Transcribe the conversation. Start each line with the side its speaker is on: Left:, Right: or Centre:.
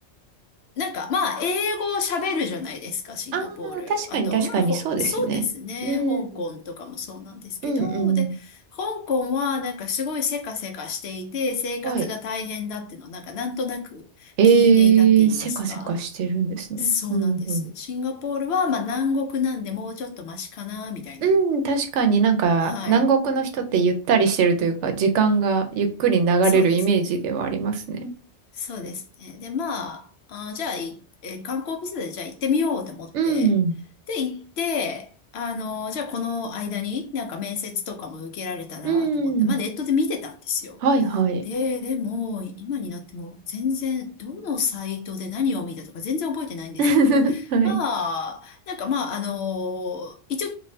Left: なんか、まあ、英語を喋るじゃないですか、シンガポール。
Right: ああ、確かに確かにそうですよね。
Left: あと、まあ、ほ、そうですね、
Right: うん、
Left: 香港とかもそうなんですけど、
Right: うんうん。
Left: で、香港はなんかすごいせかせかしていて、生活が大変だっていうのをなんかなんとなく聞いていたって言いますか。
Right: はい。えー、せかせかしてるんですね。
Left: そうなんです。
Right: うんうん。
Left: シンガポールは、まあ、南国なんでもうちょっとマシかな、みたいな。
Right: うん、確かになんか南国の人ってゆったりしてるというか、
Left: はい。
Right: 時間がゆっくり流れるイメージではありますね。
Left: そうですね。そうですね。で、まあ、あー、じゃあ、いえー観光ビザでじゃあ行ってみようと思って。
Right: うん、
Left: で、行って、あのー、じゃあこの間になんか面接とかも受けられたらなと思って、
Right: うん。
Left: まあネットで見てたんですよ。
Right: はいはい。
Left: で、でも、今になっても全然、どのサイトで何を見たとか全然覚えてないんですけど、
Right: <laughs> はい。
Left: まあ、なんかまあ、あの、一応、